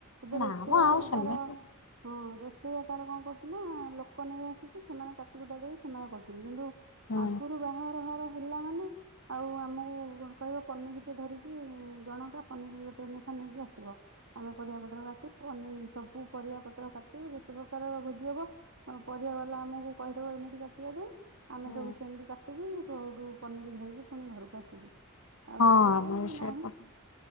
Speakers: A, on the right; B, on the left.
A: ଏବେ
B: ନା
A: ରୋଷେଇଆ
B: ମ ଆଉ
A: ସବୁ
B: ସେମିତି
A: ତାର ହଁ ରୋଷେଇଆ ତାର କଣ କରୁଛି ନା ଲୋକ ନେଇ ଆସୁଛି ସେମାନେ କାଟିକୁଟ ଦେଇକି ସେମାନେ କରୁଛନ୍ତି କିନ୍ତୁ
B: ହୁଁ
A: ଆଗରୁ ବା ହେଲା ମାନେ ଆଉ ଆମକୁ କହିବ ପନିକି ଟେ ଧରିକି ଜଣକା ପନିକି ଗୋଟେ ଲେଖା ନେଇକି ଆସିବ। ଆମେ ପରିବାପତ୍ର କାଟିବୁ ପନିିକି ସବୁ ପରିବା ପତ୍ର କାଟିବୁ ଯେତେ ପ୍ରକାର ଭୋଜି ହବ ପରିବା ବାଲା ଆମକୁ କହିଦବ ଏମିତି କାଟିବା ପାଇଁ ଆମେ
B: ହୁଁ
A: ସବୁ ସେମିତି କା ଏ କେଉଠୁ ପନିକିଧରିକି ପୁଣି ଘରକୁ ଆସିବୁ। ଆଉ
B: ହଁ ଆମେ
A: ଏବେ ଆଉ
B: ବି ସେୟା
A: ନାହିଁ
B: କରୁ।